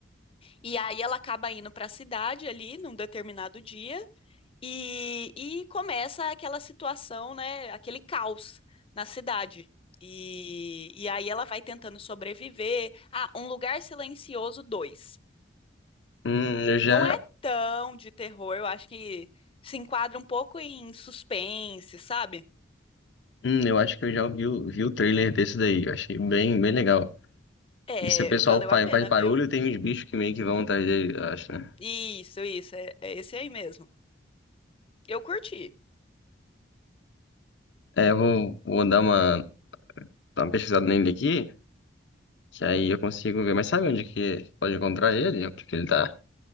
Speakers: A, on the left (about 30°); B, on the left (about 70°).
A: E aí ela acaba indo para a cidade ali num determinado dia e, e começa aquela situação, né? Aquele caos na cidade. E, e aí ela vai tentando sobreviver. Ah, Um Lugar Silencioso dois
B: Hum, eu já.
A: Não é tão de terror, eu acho que se enquadra um pouco em suspense, sabe?
B: Hum, eu acho que eu já vi, o- vi o trailer desse daí. Eu achei bem, bem legal.
A: É,
B: E se o pessoal
A: valeu
B: faz,
A: a pena,
B: faz barulho,
A: viu?
B: tem uns bichos que meio que vão atrás dele, eu acho, né?
A: Isso, isso, é, é esse aí mesmo. Eu curti.
B: É, eu vou, vou dar uma, dar uma pesquisada nele aqui. Que aí eu consigo ver. Mas sabe onde que pode encontrar ele? Onde que ele tá?